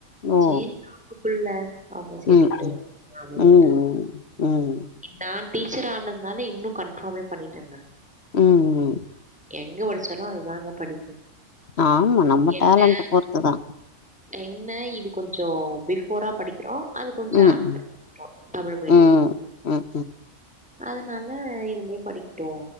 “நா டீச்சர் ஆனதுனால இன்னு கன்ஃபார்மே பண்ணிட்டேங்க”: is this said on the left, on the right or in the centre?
Centre